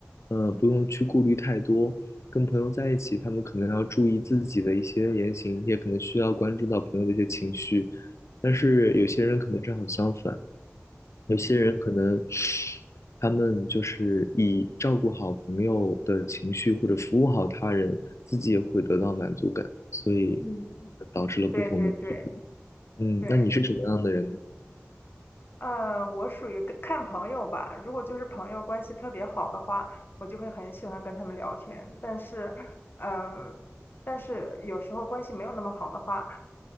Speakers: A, on the left (about 70°); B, on the left (about 45°).
A: 呃不用去顾虑太多。跟朋友在一起，他们可能要注意自己的一些言行，也可能需要关注到朋友的一些情绪。但是有些人可能正好相反，有些人可能
B: 嗯
A: 他们就是以照顾好朋友的情绪或者服务好他人，自己也会得到满足感，所以
B: 嗯，
A: 导致了不同的体验。
B: 对对对
A: 嗯，
B: 对。
A: 那你是什么样的人呢？
B: 嗯，我属于跟看朋友吧。如果就是朋友关系特别好的话，我就会很喜欢跟他们聊天。但是，嗯，但是有时候关系没有那么好的话，